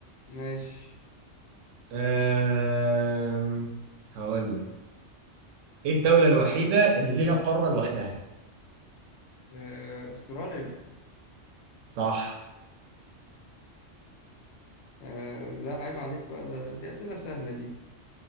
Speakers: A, on the left; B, on the right.
A: ماشي
B: آه هقول لك إيه الدولة الوحيدة اللي ليها قارة لوحدها؟
A: آه، أستراليا
B: صح
A: آه، لا عيب عليك بقى ده- دي أسئلة سهلة دي